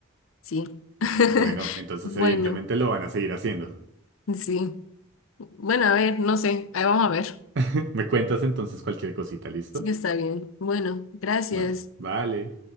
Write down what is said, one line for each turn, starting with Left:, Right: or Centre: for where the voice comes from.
Left: Sí. <laughs>
Right: Bueno, entonces
Left: Bueno.
Right: evidentemente lo van a seguir haciendo.
Left: Sí. Bueno, a ver, no sé. Ahí vamos a ver.
Right: <laughs> Me cuentas entonces cualquier cosita, ¿listo?
Left: Sí, está bien. Bueno, gracias.
Right: Vale, vale.